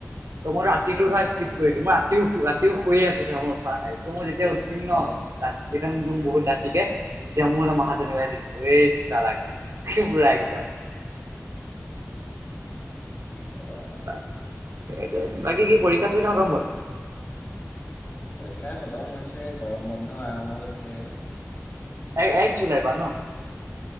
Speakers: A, on the right; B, on the left.
A: ত মই ৰাতিটো
B: অ
A: ধৰা স্কিপ
B: হ'বই
A: কৰিলো মই ৰাতিও ৰাতিও শুয়ে আছো ধৰা মই উঠা নাই ত' মই যেতিয়া উঠিম ন।
B: অ
A: দ বহুত দাঁতিকে এতিয়া মোৰ মাহাজনে ব চাগ। পুৰাএকদম।
B: কি কবা আৰু
A: সেই বাকী কি পৰীক্ষা চৰীক্ষা খতম হ'ল।
B: পৰীক্ষা খতম হৈছে। গৰম বন্ধ আৰম্ভ হৈছে।
A: এক এক জুলাই পৰা ন।